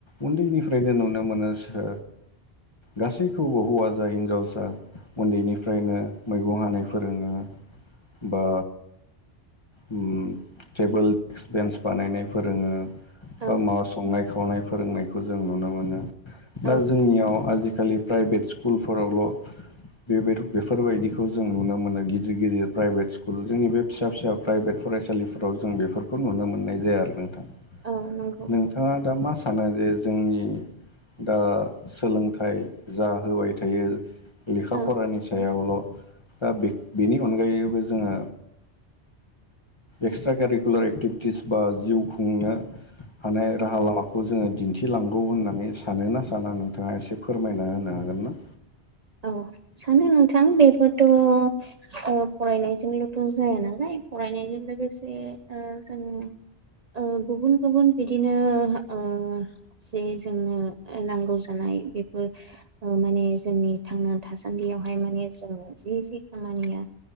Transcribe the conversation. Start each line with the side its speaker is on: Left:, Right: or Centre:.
Left: उन्दैनिफ्रायनो नुनो मोनो सो गासैखौबो हौवा जा हिनजाव जा उन्दैनिफ्रायनो मैगं हानाय फोरोङो बा उम टेबोल देक्स बेन्स बानायनाय फोरोङो
Right: औ
Left: बा माबा संनाय खावनाय फोरोंनायखौ जों नुनो मोनो दा
Right: औ
Left: जोंनियाव आजि खालि प्राइभेट स्कुलफोरावल' बे बेफोरबायदिखौ जों नुनो मोनो गिदिर गिदिर प्राइभेट स्कुल जोंनि बे फिसा फिसा प्राइभेट फरायसालिफोराव जों बेफोरखौ नुनो मोननाय जाया आरो नोंथां।
Right: औ नंगौ
Left: नोंथाङा दा मा सानो जे जोंनि दा सोलोंथाइ जा होबाय थायो लेखा
Right: औ
Left: फरानि सायावल' दा बेख बेनि अनगायैबो जोङो एक्सट्रा कारिकुलार एक्टिभिटिस बा जिउ खुंनो हानाय राहा लामाखौ जोङो दिन्थिलांगौ होननानै सानो ना साना नोंथाङा एसे फोरमायना होनो हाग गोनना
Right: औ सानो नोंथां बेफोरथ' ओ फरायनायजोंल' थ' जाया नालाय फरायनायजों लोगोसे ओ जोङो ओ गुबुन गुबुन बिदिनो ओ जे जोंनो नांगौ जानाय मानाय बेफोर ओ माने जोंनि थांना थासान्दियावहाय माने जों जि जि खामानिया